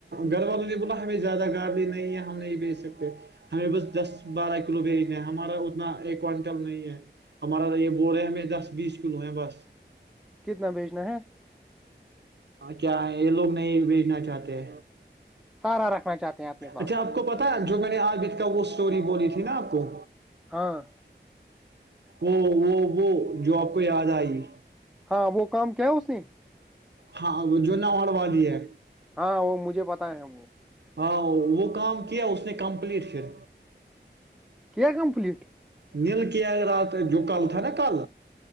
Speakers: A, on the right (about 70°); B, in the centre.
A: گھر والوں نے بولا ہمیں زیادہ گارلی نہیں ہے ہم نہیں بیج سکتے ہمیں بس دس بارہ کلو بیچ د ہیں ہمارا اتنا ایک کونٹل نہیں ہے ہمارا یہ ب رہ ہے ہمیں دس بیس کلو ہے بس
B: کتنا بیچنا ہے
A: کیا یہ لوگ نہیں بھیجنا چاہتے
B: سارا رکھنا چاہتے ہیں اپنے پاس
A: اچھا آپ کو پتا جو میں نے آج بھیت کہ وہ اسٹوری بولی تھی نا آپ کو
B: ہاں
A: وہ وہ وہ جو آپ کو یاد آئی
B: ہاں وہ کام کیا اس نے
A: ہاں وہ جو نہ مڑوا دی ہے
B: ہاں وہ مجھے پتا ہے وہ
A: ہاں وہ کام کیا اس نے کمپلیٹ پھر
B: کیا کمپلیٹ
A: نیل کیائے رات جو کل تھا نا کل